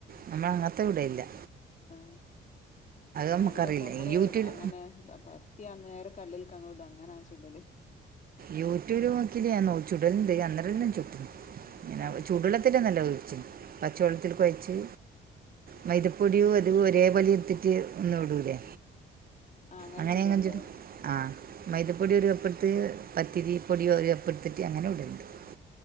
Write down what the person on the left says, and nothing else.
ആ രാവിലൊക്കെ
നമ്മള്
അങ്ങനെ പ പര ത്തി അന്നേര കല്ലിൽകങ്ങ് ഇടും അങ്ങനാ ചുടല്.
ആ
ആ
ചുടലുണ്ടോ